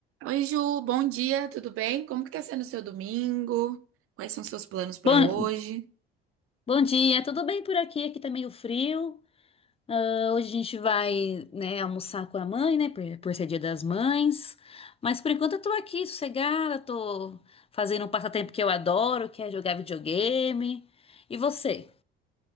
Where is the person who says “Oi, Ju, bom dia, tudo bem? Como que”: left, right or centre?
Right